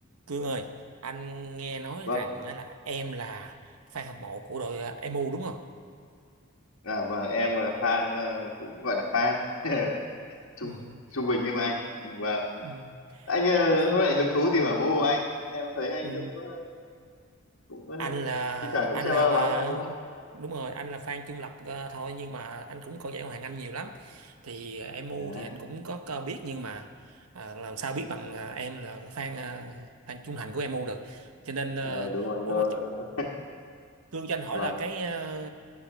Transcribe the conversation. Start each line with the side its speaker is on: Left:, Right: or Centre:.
Right: Cương ơi, anh nghe nói
Left: vâng
Right: rằng á là em là fan hâm mộ của đội à, MU đúng không?
Left: à, vâng em là fan ờ, cũng gọi là fan <laughs> trung
Right: Ừ.
Left: trung bình như mà anh và
Right: Ừ.
Left: anh ờ,
Right: Nhớ-
Left: hôm nay hứng thú tìm hiểu môn của anh em thấy anh
Right: ừ.
Left: cũng ờ, cũng ờ,
Right: Anh là
Left: thi thoảng cũng
Right: anh
Left: xem
Right: là
Left: ờ,
Right: và-
Left: bóng mà đúng không
Right: đúng rồi, anh là fan trung lập à, thôi nhưng mà anh cũng coi giải Ngoại hạng Anh nhiều lắm. Thì à, MU
Left: à,
Right: thì anh cũng có, có biết nhưng mà à, làm sao biết bằng à, em là fan à, fan trung thành của emu được. Cho nên à,
Left: ờ, đúng rồi anh
Right: ủa
Left: ơi
Right: mà ch- Cương cho anh hỏi
Left: và
Right: là cái à,